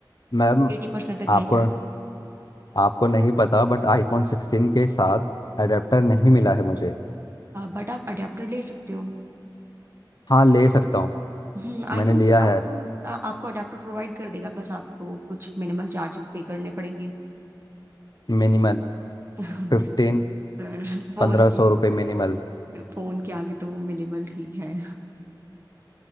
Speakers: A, on the left; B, on the right.
A: मैम
B: एटी परसेंट तक ले
A: आपको
B: जाए
A: आपको नहीं पता बट आईफोन सिक्सटीन के साथ अडेप्टर नहीं मिला है मुझे
B: बट आप अडाप्टर ले सकते हो
A: हाँ ले सकता हूँ
B: हम्म आईफोन
A: मैंने लिया है
B: आईफोन आपको अडाप्टर प्रोवाइड कर देगा बस आपको कुछ मिनिमल चार्जेस पे करने पड़ेंगे
A: मिनिमल
B: <laughs>
A: फिफ्टीन
B: पर फोन
A: पंद्रह
B: के
A: सौ रुपये मिनिमल
B: फोन के आगे तो वो मिनिमल ही है